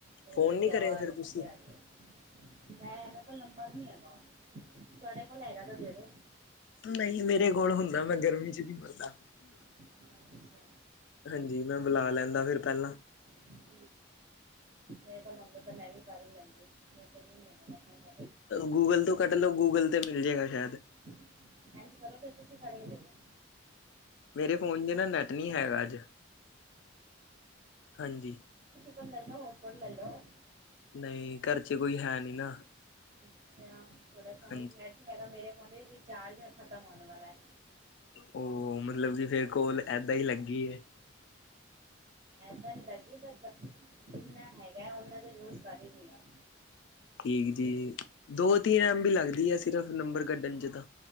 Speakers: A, on the right (about 35°); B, on the left (about 65°).
A: ਕੂਲਰ
B: ਫੋਨ ਨੀ
A: ਦੀ ਹਵਾ
B: ਕਰਿਆ ਫਿਰ
A: ਅੱਛੀ
B: ਤੁਸੀਂ?
A: ਆ ਰਹੀ ਹੈ। ਮੈਂ ਮੇ ਕੋਲ ਨੰਬਰ ਨੀ ਹੈਗਾ ਤੁਹਾਡੇ ਕੋਲ ਹੈਗਾ ਤਾਂ ਦੇਦੋ।
B: ਤੂੰ ਨਹੀ ਮੇਰੇ ਕੋਲ ਹੁੰਦਾ ਮੈਂ ਗਰਮੀ ਵਿੱਚ ਕਿਉਂ ਮਰਦਾ?
A: ਅੱਛਾ
B: ਹਾਂਜੀ, ਮੈਂ ਮਿਲਾ ਲੈਣਾ ਫੇਰ ਪਹਿਲਾਂ।
A: ਹਮ, ਮੇਰੇ ਕੋਲ ਹੁੰਦਾ ਤਾਂ ਮੈਂ ਵੀ ਕਰ ਹੀ ਲੈਂਦੀ ਮੇਰੇ ਕੋਲ ਵੀ ਨੀ ਹੈਗਾ ਨੰਬਰ ਮੈ
B: ਗੂਗਲ ਤੇ ਤੋਂ ਕੱਢ ਲਓ ਗੂਗਲ ਤੇ ਮਿਲ ਜਾਏਗਾ ਸ਼ਾਇਦ।
A: ਇੰਝ ਕਰੋ, ਫਿਰ ਤੁਸੀਂ ਕੱਢ ਕੇ ਦੇ ਦਿਓ।
B: ਮੇਰੇ ਫੋਨ ਚ ਨਾ ਨੈੱਟ ਨੀ ਹੈਗਾ ਅੱਜ ਹਾਂਜੀ।
A: ਤਾਂ ਲੈ ਲਓ ਹੋਰ ਸਪੋਰਟ ਲੈ ਲਓ।
B: ਨਹੀਂ, ਘਰ 'ਚ ਕੋਈ ਹੈ ਨੀ ਨਾ।
A: ਅੱਛਾ, ਤੁਹਾਡੇ ਫ਼ੋਨ
B: ਹਾਂਜੀ
A: ਵਿੱਚ ਨੈੱਟ ਹੈਗਾ, ਮੇਰੇ ਫ਼ੋਨ ਦੀ ਰਿਚਾਰਜ਼ ਖ਼ਤਮ ਹੋਣ ਵਾਲਾ ਐ।
B: ਉਹ ਮਤਲਬ ਕਿ ਫਿਰ ਕੋਲ ਐਦਾ ਈ ਲੱਗੀ ਐ।
A: ਇਦਾਂ ਨਹੀਂ ਲੱਗੀ ਪਰ, ਜਿੰਨਾ ਹੈਗਾ ਉਹਨਾ ਕੋ ਜੂਜ਼ ਕਰ ਲੈਂਨੀ ਆ।
B: ਠੀਕ ਜੀ, ਦੋ-ਤੀਨ ਐਮ ਬੀ ਲਗਦੀ ਐ, ਸਿਰਫ਼ ਨੰਬਰ ਕੱਢਣ 'ਚ ਤਾਂ।